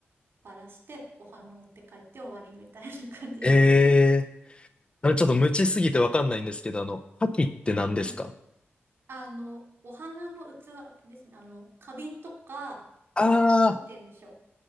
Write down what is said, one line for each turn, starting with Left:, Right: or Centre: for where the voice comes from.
Right: バラしてお花持って帰って終わりみたいな感じですね。
Left: ええあの、ちょっと無知すぎてわかんないんですけど、あの、カキって何ですか
Right: うんあの、お花の器ですね。あの、花瓶とか、
Left: ああ
Right: なんて言うんでしょう。